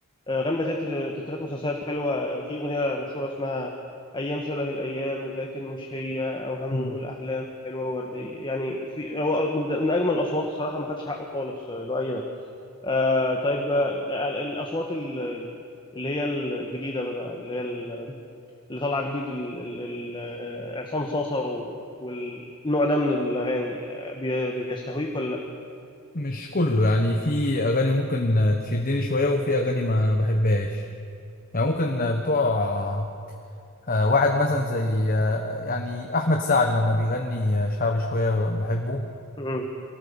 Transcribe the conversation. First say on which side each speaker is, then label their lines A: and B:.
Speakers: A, on the left (about 20°); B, on the left (about 40°).
A: غنى تتر تترات مسلسلات حلوة في أغنية مشهورة اسمها أيام شبه الأيام لكن مش هي أوهام
B: امم
A: ونقول أحلام حلوة ووردية يعني في هو من, من أجمل الأصوات الصراحة ما خدش حقه خالص آه، لؤي آه طيب آه ال- الأصوات ال- ال- اللي هي الجديدة بقى اللي هي ال- اللي طالعة جديد ال- ال- ال- آه، عصام صاصة و- والنوع ده من الأغاني آه، بي- بيستهويك ولا لأ؟
B: مش كله يعني في اغاني ممكن آه، تشدني شويه وفي اغاني ما بحبهاش يعني ممكن آه، بتوع آه، واحد مثلا زي آه، يعني احمد سعد لما بيغني آه، شعبي شويه بحبه
A: مم.